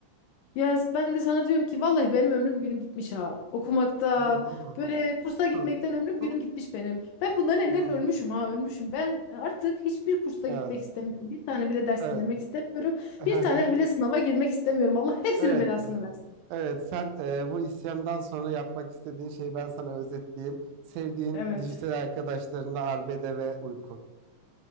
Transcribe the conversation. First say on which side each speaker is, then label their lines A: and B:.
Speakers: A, on the left (about 80°); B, on the right (about 85°).
A: Ya ben de sana diyorum ki vallahi benim ömrüm günüm gitmiş ha. Okumaktan,
B: Hı hı hı hı.
A: böyle kursa gitmekten
B: Hı.
A: ömrüm
B: Hı.
A: günüm gitmiş benim. Ben bundan eller
B: Hı.
A: ölmüşüm ha, ölmüşüm. Ben artık hiçbir kursa
B: Evet,
A: gitmek istemiyorum. Bir tane bile ders
B: evet.
A: dinlemek istemiyorum.
B: Hı
A: Bir
B: hı.
A: tane bile sınava girmek istemiyorum. Allah hepsinin
B: Evet.
A: belasını versin.
B: Evet, sen e, bu isyandan sonra yapmak istediğin şeyi ben sana özetleyeyim. Sevdiğin
A: Evet.
B: dijital arkadaşlarınla arbede ve uyku.